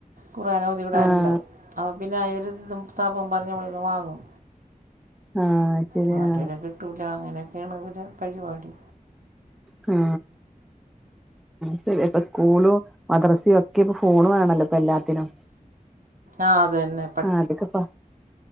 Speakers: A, on the right; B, in the centre.
A: ഖുറാനോഓതി വിടാനുണ്ടാവും
B: ആഹ്
A: അപ്പോ പിന്നെ അഒരിതും താപ്പം പറഞ്ഞമ്മളിന്ന് വാങ്ങും
B: ആഹ് ശരിയാ
A: എന്നിട്ട് പിന്നെ കിട്ടൂല അങ്ങനെയൊക്കെയാണ് ഇവരെ പരിപാടി
B: കാ ശരി അപ്പൊ സ്കൂളും മദ്രസയോ ഒക്കെ ഇപ്പ ഫോൺ വേണല്ലോ ഇപ്പൊ എല്ലാത്തിനും
A: ആഹ് അത്തന്നെ
B: ആഹ് അതക്കെപ്പാ